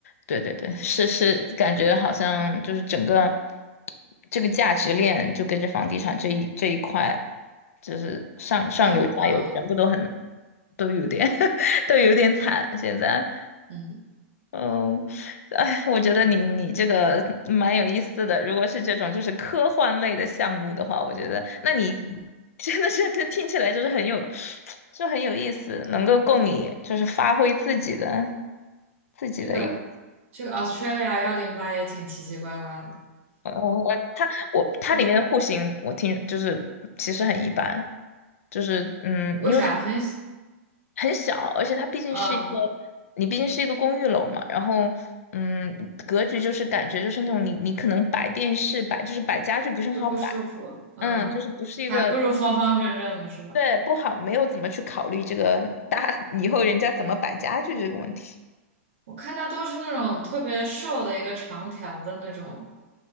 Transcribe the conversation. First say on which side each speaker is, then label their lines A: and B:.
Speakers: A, on the left; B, on the right.
A: 对对对，是是，感觉好像就是整个这个价值链就跟着房地产这一这一块，就是上上游下游全部都很
B: 啊嗯
A: 都有点 <laughs> 都有点惨现在。
B: 嗯，
A: 嗯，哎，我觉得你你这个蛮有意思的。如果是这种就是科幻类的项目的话，我觉得那你 <laughs> 真的是 <laughs> 听起来就是很有，就很有意思，能够供你就是发挥自己的自己的一个
B: 这个这个 Australia 幺零八也挺奇奇怪怪的。
A: 呃，嗯我它我它里面的户型我听就是其实很一般，就是嗯，
B: 为啥很
A: 因为它。很小，而且它毕竟是一个，
B: 嗯
A: 你毕竟是一个公寓楼嘛，然后，嗯，格局就是感觉就是那种你你可能摆电视摆就是摆家具不是很好摆，
B: 就不舒服？嗯，
A: 嗯，就是不是一个，
B: 还不如方方正正的是吧？
A: 对，不好，没有怎么去考虑这个大 <laughs> 以后人家怎么摆家具这个问题，
B: 我看它都是那种特别瘦的一个长条的那种